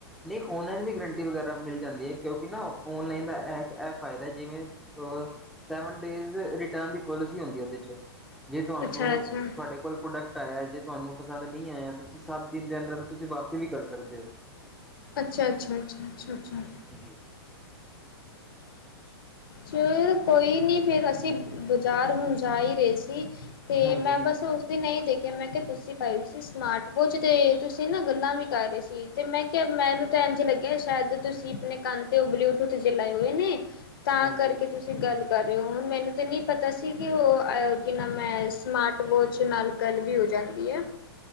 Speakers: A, in the centre; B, on the left.
A: ਨਹੀਂ ਔਨਲਾਈਨ ਵੀ ਗਰੰਟੀ ਵਗੈਰਾ ਮਿਲ ਜਾਂਦੀ ਹੈ ਕਿਉਂਕਿ ਨਾ ਔਨਲਾਈਨ ਦਾ ਇਹ ਇਹ ਫਾਇਦਾ ਜਿਵੇਂ ਸੇਵਨ ਡੇਜ ਰਿਟਨ ਦੀ ਪੋਲਿਸੀ ਹੁੰਦੀ ਉਹਦੇ ਵਿੱਚ। ਜੇ ਤੁਹਾਨੂੰ
B: ਅੱਛਾ-ਅੱਛਾ, ਅੱਛਾ-ਅੱਛਾ,
A: ਤੁਹਾਡੇ ਕੋਲ ਪ੍ਰੋਡਕਟ ਆਇਆ ਜੇ ਤੁਹਾਨੂੰ ਪਸੰਦ ਨਹੀਂ ਆਇਆ ਤੁਸੀਂ ਸੱਤ ਦਿਨ ਦੇ ਅੰਦਰ ਤੁਸੀਂ ਵਾਪਸੀ ਵੀ ਕਰ ਸਕਦੇ ਹੋ।
B: ਅੱਛਾ ਅੱਛਾ ਅੱਛਾ ਅੱਛਾ।
A: ਹਾਂਜੀ।
B: ਚਲ ਕੋਈ ਨਹੀਂ ਫਿਰ ਅਸੀਂ ਬਾਜ਼ਾਰ ਹੁਣ ਜਾ ਹੀ ਰਹੇ ਸੀ। ਤੇ
A: ਹਾਂਜੀ,
B: ਮੈਂ ਬਸ ਉਸ ਦਿਨ ਇਹੀ ਦੇਖਿਆ ਮੈਂ ਕਿਹਾ ਤੁਸੀਂ ਪਾਈ ਸੀ ਸਮਾਰਟ ਵੋਚ ਤੇ ਤੁਸੀਂ ਨਾ ਗੱਲਾਂ ਕਰ ਰਹੇ ਸੀ ਤੇ ਮੈਂ ਕਿਹਾ ਮੈਨੂੰ ਤਾਂ ਇੰਝ ਲੱਗਿਆ ਸ਼ਾਇਦ ਤੁਸੀਂ ਆਪਣੇ ਕੰਨ ਤੇ ਉਹ ਬਲੂਟੂਥ ਲਾਏ ਹੋਏ ਨੇ ਤਾਂ
A: ਹਾਂਜੀ
B: ਕਰਕੇ ਤੁਸੀਂ ਗੱਲ ਕਰ ਹੁਣ ਮੈਨੂੰ ਤੇ ਨਹੀਂ ਪਤਾ ਸੀ ਕਿ ਉਹ ਕਿ ਨਾ ਮੈਂ ਸਮਾਰਟ ਵੋਚ ਨਾਲ ਗੱਲ ਵੀ ਹੋ ਜਾਂਦੀ। ਹੁੰਦੀ ਏ